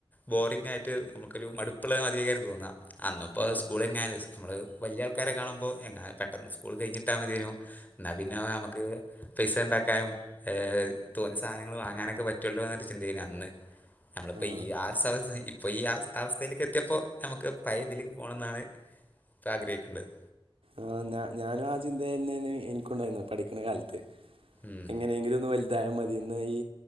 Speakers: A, on the left; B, on the right.
A: ബോറിങ്ങായിട്ട് നമുക്കൊരു മടുപ്പുള്ള മാതിരിയ്ക്കാരം തോന്ന്ആ അന്ന് പ്പോ
B: ആ,
A: സ്കൂള് ഏ നമ്മളു വല്ല്യയ ആൾക്കാരെ കാണുമ്പോ എങ്ങാ പെട്ടെന്ന് സ്കൂള് കഴിഞ്ട്ടാ മതിയാര്ന്നു ന്നാപിന്നെ ഞമ്മക്ക് പൈസയുണ്ടാക്കാനും ഏഹ് തോന്നിയസാധനങ്ങള് വാങ്ങാനൊക്കെ പറ്റുള്ളൂ ചിന്തയിലന്ന് നമ്മള്പ്പോ
B: ആ,
A: യീ ആഹ് സമയത്ത് ഇപ്പൊയീ ആ അവസ്ഥയിൽ ക്കെത്തിയപ്പോ നമുക്ക് പയേതില് പോണന്നാണ് പ്പ ആഗ്രഹിക്കേണ്ടത്.
B: ആഹ്, ഞാ. ഞാനും ആചിന്തതന്നെയാണെനിക്കുണ്ടായിരുന്നെ, പഠിക്കണ കാലത്ത്
A: ഉം
B: എങ്ങനെയെങ്കിലൊന്ന് വൽതായമതിയേന്ന ഈ